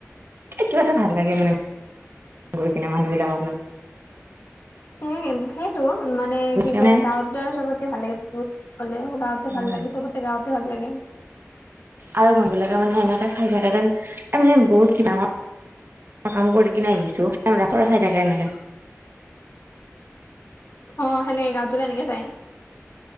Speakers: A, on the right (about 50°); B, on the left (about 65°).
A: কিবা এটা ভাল লাগে মানে। গৈ কিনে মানুহবিলাক
B: এ সেইটো মানে কি
A: মানে
B: কয় গাঁৱতো আৰু চবতকে ভাল লাগে কলে গাওঁতে ভাল
A: উম
B: লাগে, সবতে গাওঁতে ভাল লাগে।
A: আৰু মানুহবিলাকে মানে এনেকে চাই থাকে যেন আমি যেন বহুত ক ডাঙৰ কাম কৰি কিনে আহিছো চাই থাকে এনেকে।
B: অ' সেনেকে গাওঁত এনেকে চায়।